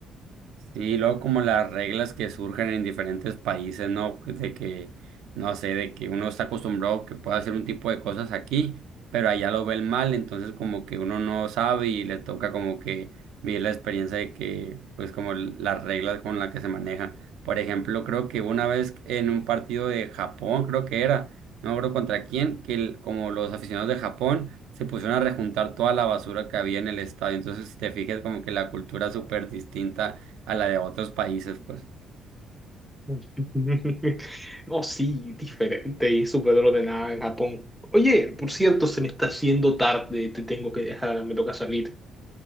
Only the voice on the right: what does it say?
Sí, luego como las reglas que surgen en diferentes países, ¿no? De que, no sé, de que uno está acostumbrado que pueda hacer un tipo de cosas aquí, pero allá lo ven mal, entonces como que uno no sabe y le toca como que vivir la experiencia de que, pues como l- las reglas con las que se manejan. Por ejemplo, creo que una vez en un partido de Japón, creo que era, no me acuerdo contra quién, que el- como los aficionados de Japón se pusieron a rejuntar toda la basura que había en el estadio. Entonces, si te fijas, como que la cultura es súper distinta a la de otros países, pues.